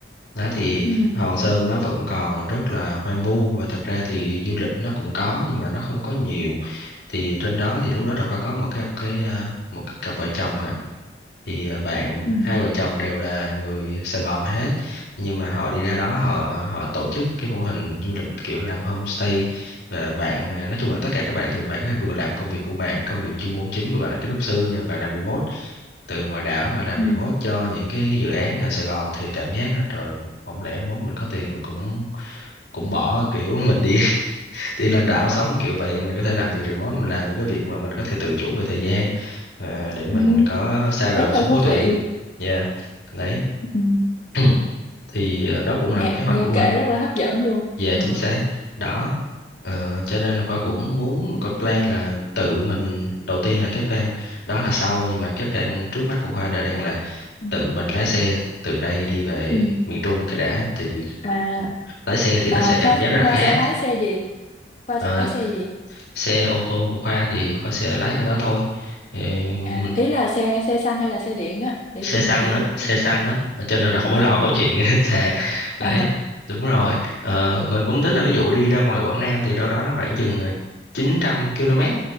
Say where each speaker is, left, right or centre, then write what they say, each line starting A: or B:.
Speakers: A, on the left (about 70°); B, on the left (about 45°).
A: Đó thì
B: ừ.
A: Hòn Sơn nó vẫn còn rất là hoang vu và thật ra thì du lịch nó cũng có nhưng mà nó không có nhiều. Thì trên đó thì lúc đó Đào Khoa có một cái cặp cái ờ, một cái cặp vợ chồng hả? thì à, bạn
B: Ừ.
A: hai vợ chồng đều là người Sài Gòn hết nhưng mà họ đi ra đó họ họ tổ chức cái mô hình du lịch kiểu làm homestay và bạn à, nói chung là tất cả các bạn thì bạn có vừa làm công việc của bạn công việc chuyên môn chính của bạn là kiến trúc sư nhưng mà bạn làm remote từ ngoài đảo mà làm
B: Ừ.
A: remote cho những cái dự án ở Sài Gòn thì cảm giác nó trời không lẽ mốt mình có tiền mà cũng cũng bỏ kiểu <laughs> mình đi đi lên đảo sống kiểu vậy mình có thể làm việc remote mình làm những cái việc mà mình có thể tự chủ về thời gian ờ, để mình
B: Ừ.
A: có xa rời
B: rất
A: xuống
B: là thú
A: phố thị
B: vị
A: yeah. đấy
B: ừ.
A: <clears throat> thì ờ, đó cũng là
B: nghe
A: một kế hoạch
B: nghe
A: của mình
B: kể rất là hấp dẫn luôn
A: về
B: ừ.
A: chính xác đó Ờ, cho nên là Khoa cũng
B: Ừ.
A: muốn một cái plan là tự mình đầu tiên là cái plan đó là sau nhưng mà cái plan trước mắt của Khoa đã đang là
B: Ừ.
A: tự mình lái xe từ đây đi về
B: Ừ.
A: miền Trung cái đã thì vì
B: à,
A: ừ, lái xe thì nó
B: à
A: sẽ cảm
B: Khoa
A: giác rất
B: Khoa
A: là khác
B: sẽ lái xe gì Khoa
A: Ờ,
B: sẽ lái xe gì
A: xe ô tô của Khoa thì Khoa sẽ lái cái đó thôi Ờ, mình
B: à ý là xe xe xăng hay là xe điện á để
A: xe
B: chuẩn
A: xăng
B: bị
A: á xe
B: cái
A: xăng á cho nên là không phải
B: ờ
A: lo
B: ờ
A: câu chuyện <laughs> sạc đấy
B: ờ
A: đúng rồi Ờ, mình cũng tính là ví dụ đi ra ngoài Quảng Nam thì đâu đó nó khoảng chừng ờ, 900 km